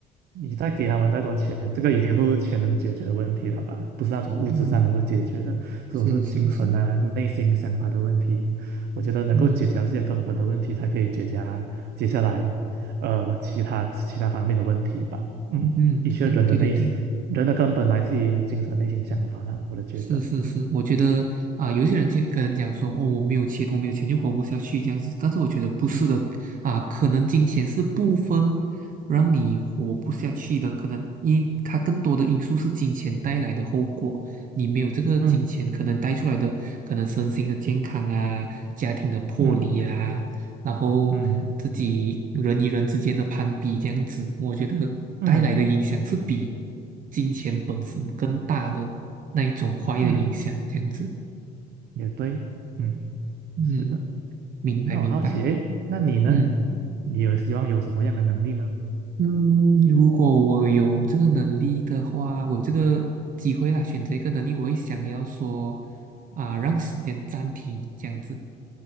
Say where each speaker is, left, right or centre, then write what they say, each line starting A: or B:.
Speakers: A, on the right; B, on the right.
A: 你再给他们太多钱，这个已经不是钱能解决的问题了吧？不是那种物质上能够解决的，
B: 嗯，
A: 这种是精神啊、
B: 是是是，
A: 内心想法的问题。我觉得能够解决这些根本的问题，
B: 嗯
A: 才可以解决啊接下来呃其他其他方面的问题吧。嗯，
B: 嗯，
A: 的确，
B: 我我对对对。
A: 人的内人的根本来自于精神内心想法啦，我的觉得，
B: 是是是，
A: 嗯
B: 我觉得啊、有一些人就可能讲说，哦，我没有钱，我没有钱就活不下去这样子。但是我觉得不是的啊、
A: 嗯
B: 可能金钱是部分让你活不下去的，可能因它更多的因素是金钱带来的后果。你没有这个金钱，
A: 嗯
B: 可能带出来的可能身心的健康啊，家庭的破离啊，
A: 嗯
B: 然后自己人与人之间的攀比这样子，
A: 嗯
B: 我觉得带来的影响是比
A: 嗯
B: 金钱本身更大的那一种坏的影响，
A: 嗯，
B: 这样子。
A: 也对。嗯。
B: 嗯，
A: 是的，
B: 明白明白。
A: 那我好奇，诶，那你呢？
B: 嗯
A: 你有希望有什么样的能力呢？
B: 嗯，如果我有这个能力的话，我有这个机会啦，选择一个能力，我会想要说啊，让时间暂停这样子，